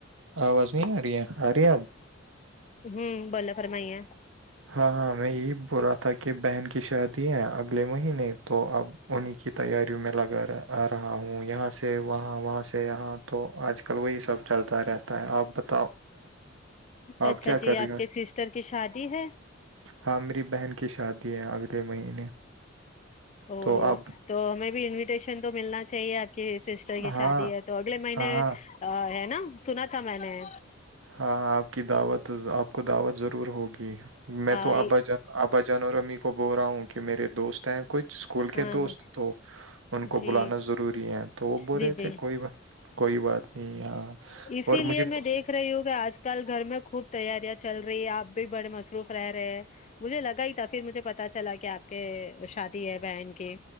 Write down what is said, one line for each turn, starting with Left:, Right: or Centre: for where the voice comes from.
Right: آواز نہیں ار ہرب
Left: ہوں بوولے فرمائیے
Right: ہاں ہاں میں یہی بول رہا تھا کہ بہن کی شادی ہے اگلے مہینے تو اب انہیں کی تیاریوں میں لگا آ رہا ہوں یہاں سے وہاں وہاں سے یہاں تو آج کل وہی سب چلتا رہتا ہے آپ بتاؤ
Left: اچھا
Right: آپ کیا
Left: جی
Right: کر رہی
Left: آپ
Right: ہو
Left: کے سسٹر کی شادی ہے
Right: ہاں میری بہن کی شادی ہے اگلے مہینے
Left: او
Right: تو
Left: ہو
Right: اب
Left: تو ہمیں بھی انویٹیشن تو ملنا چاہیے آپ کی سسٹر کی
Right: ہاں
Left: شادی ہے تو اگلے مہینے
Right: ہاں
Left: ہے نا سنا تھا میں نے
Right: ہاں آپ کی دعوت آپ کو دعوت ضرور ہوگی میں
Left: ہاں
Right: تو آبا جان ابا جن اور امی کو بول رہا ہوں کہ میرے دوست ہیں کچھ اسکول
Left: ہاں
Right: کے دوست تو ان کو
Left: جی
Right: بلانا ضروری ہے تو وہ بول
Left: جی
Right: رہے
Left: جی
Right: تھے کوئی کوئی بات نہیں ہاں
Left: اسی
Right: اور
Left: لیے
Right: مجھے
Left: میں دیکھ دیکھ رہی ہووں کہ آج کل گھر میں خوب تیاریاں چل رہی ہے آپ بھی بڑے مصروف رہ رہے ہیں مجھے لگا ہی تھا پھر مجھے پتا چلا کہ آپ کے شادی ہے بہن کی